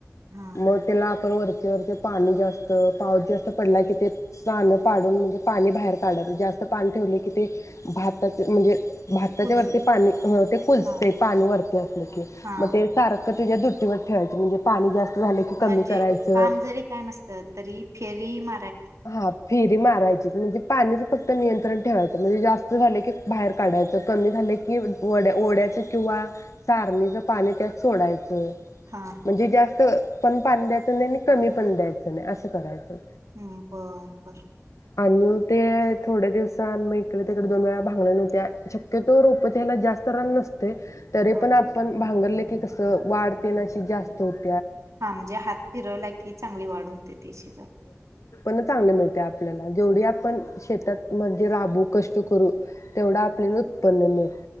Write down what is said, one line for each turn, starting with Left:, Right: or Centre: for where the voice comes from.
Right: हा
Left: मग त्याला आपण वर तेर ते पाणी जास्त पाऊस जास्त पडला की ते साणं पाडून म्हणजे पाणी बाहेर काढत जास्त पाणी ठेवले की ते भाताचे म्हणजे भाताच्या
Right: पुजू
Left: वरती पाणी ते कुजते
Right: हा
Left: पाणी वरती असले की
Right: हा
Left: मग ते
Right: हा
Left: सारक तुझ्या दुट ठेवायचे म्हणजे पाणी जास्त झालं की कमी
Right: म्हणजे
Left: करायचं
Right: काम जरी काय नसतात तरी फेरी म
Left: हा फिरी मारायची म्हणजे पाणीच फक्त नियंत्रण ठेवायचं म्हणजे जास्त झाले की बाहेर काढायचं कमी झाले कि्या ओढ्याच किंवा चारणीच पाणी त्यात सोडायचं
Right: हा हा
Left: म्हणजे जास्त पण पान द्यायचं नाही आणि कमी पण द्यायचं नाही असं करायचं.
Right: हम्म बर बर.
Left: आणि ते थोड्या दिवसांन मग इकड तिकड दोन वेळा भांगलन व्हत्या शक्यतो रोपच्याला जास्त रान नसत तरी
Right: हा
Left: पण आपण भांगरले की कसं वाढतेन अशी जास्त होत
Right: हा म्हणजे हात फिरवला की चांगली वाढ होते त्या शेतात
Left: चांगलं मिळतंय आपल्याला जेवढी आपण शेतातमध्ये राबू कष्ट करू तेवढ आपले उत् पणम